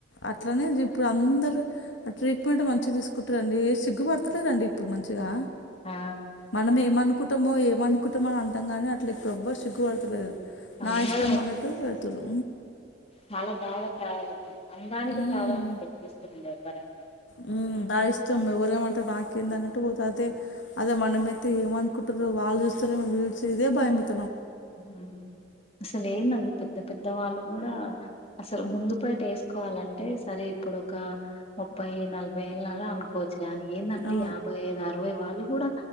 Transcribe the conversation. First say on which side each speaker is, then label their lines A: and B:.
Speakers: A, on the left; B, on the left.
A: అట్లనే ఇప్పుడు అందరు ఆ ట్రీట్మెంట్ మంచిగా తీసుకుంటారండి ఏసి పడుతలేదండి ఇప్పుడు మంచిగా
B: ఆ
A: మనం ఏమనుకుం టమో ఏమనుకుంటమో అని అంటాం కానీ అట్లా ఇప్పుడు ఎవ్వరు సిగ్గు పడతలేదు
B: ఏం రా
A: మన్నట్టు వెలుతుర్రు
B: చాలా బాగా తయారవుత అందానికి
A: మ్మ్
B: ప్రాధాన్యత ఎక్కువ ఇస్తున్నారండీ ఎవ్వరైనా
A: మ్మ్ నా ఇష్టం ఎవరేమంట నాకేంద అన్నట్టు పోతా అదే మనమైతే ఏమనుకుంటారా వాళ్ళు నాకు తెలిసి ఇదే భయం పెట్
B: ఉమ్ అసలు ఏందండి పెద్ద పెద్దవాళ్ళు కూడా అసలు ముందు పైట వేసుకోవాలంటే సరే ఇప్పుడు ఒక ముప్పై నలభై అనుకోవచ్చు కానికి ఏందండి
A: ఆ
B: యాభై ఐదు అరవై వాళ్ళు కూడా